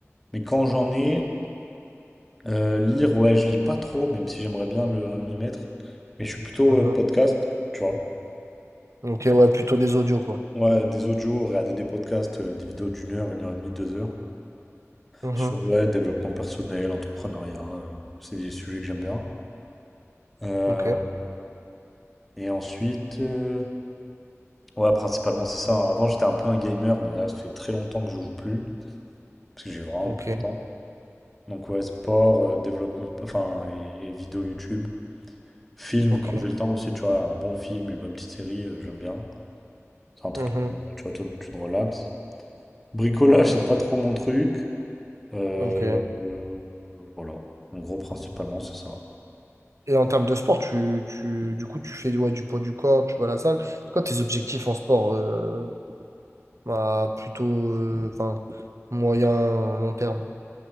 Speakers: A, in the centre; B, on the right.
A: Mais quand j'en ai, euh, lire, ouais, je lis pas trop, même si j'aimerais bien le- euh, m'y mettre. Mais je suis plutôt
B: Mhm.
A: euh, podcast, tu vois.
B: Ok, ouais, plutôt des audios, quoi.
A: Ouais, des audios, regarder des podcasts, euh, des vidéos d'une heure, une heure et demie, deux heures.
B: Mhm.
A: Sur ouais, développement personnel, entrepreneuriat, euh, c'est des sujets que j'aime bien. Euh,
B: Ok,
A: et ensuite, euh, ouais, principalement c'est ça. Avant j'étais un peu un gamer, mais là ça fait très longtemps que je joue plus, parce que j'ai vraiment
B: ok,
A: plus le temps. Donc ouais, sport, euh, développement, enfin, et, et vidéo YouTube. Film,
B: ok.
A: quand j'ai le temps aussi, tu vois, un bon film, une bonne petite série, euh, j'aime bien. C'est un truc,
B: Mhm.
A: tu vois, toi, tu te relaxes. Bricolage,
B: Ok,
A: c'est pas trop mon truc. Euh,
B: ok.
A: euh, voilà. En gros, principalement, c'est ça.
B: Et en termes de sport, tu, tu, du coup, tu fais ouais, du poids du corps, tu vas à la salle. C'est quoi tes objectifs en sport euh, à plutôt euh, enfin, moyen, long terme?